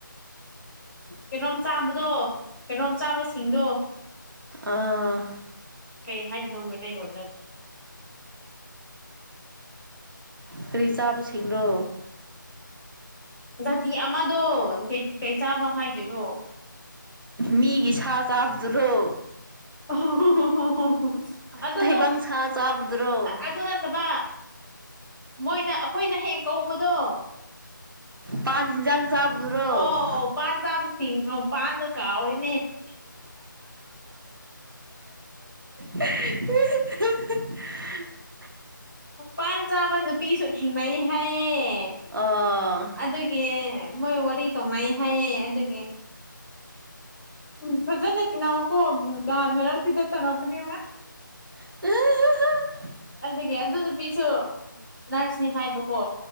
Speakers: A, in the centre; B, on the right.
A: ꯀꯩꯅꯣꯝ ꯆꯥꯕꯗꯣ ꯀꯩꯅꯣꯝ ꯆꯥꯕꯁꯤꯡꯗꯣ
B: ꯑꯥ
A: ꯀꯩ ꯍꯥꯏꯖꯗꯣ ꯃꯇꯩ ꯂꯧꯗ
B: ꯀꯔꯤ ꯆꯥꯕꯁꯤꯡꯦꯡꯅꯣ
A: ꯖꯥꯇꯤ ꯑꯃꯗꯣ ꯀꯩ ꯆꯥꯕ ꯍꯥꯏꯗꯣꯏꯔꯣ
B: ꯃꯤꯒꯤ ꯁꯥ ꯆꯥꯞꯗꯨꯔꯣ
A: ꯍ ꯍ ꯑꯗꯨꯗꯣ
B: ꯇꯥꯏꯕꯪ ꯁꯥ ꯆꯥꯕꯗꯨꯔꯣ
A: ꯑ ꯅꯕ ꯃꯣꯏꯅ ꯑꯩꯈꯣꯏꯅ ꯍꯦꯛ ꯀꯧꯕꯗꯣ
B: ꯄꯥꯟ ꯍꯤꯟꯖꯥꯡ ꯆꯥꯕꯗꯨꯔꯣ
A: ꯑꯣ ꯄꯥꯟ ꯆꯥꯕꯁꯤꯡꯅꯣ ꯄꯥꯟꯗꯣ ꯀꯥꯎꯑꯣꯣꯏꯅꯦ <inaudible>
B: ꯎ
A: ꯃꯄꯥꯥꯟ ꯆꯥꯃ ꯅꯨꯄꯤꯁꯨ ꯊꯦꯡꯅꯩ ꯍꯥꯏꯌꯦ
B: ꯑꯥ
A: ꯑꯗꯨꯒꯤ ꯃꯣꯏ ꯋꯥꯔꯤ ꯇꯧꯅꯩ ꯍꯥꯏꯌꯦꯦ ꯑꯗꯨꯒꯤ ꯎ ꯐꯖꯅ ꯇꯤꯅꯥꯎꯀꯣ ꯂꯥꯟ ꯃꯔꯛꯁꯤꯗ ꯇꯉꯅꯕꯅꯦ
B: ꯍ
A: ꯑꯗꯨꯒꯤ ꯑꯗꯨ ꯅꯨꯄꯤꯁꯨ ꯅꯔꯁꯅꯤ ꯍꯥꯏꯕꯀꯣ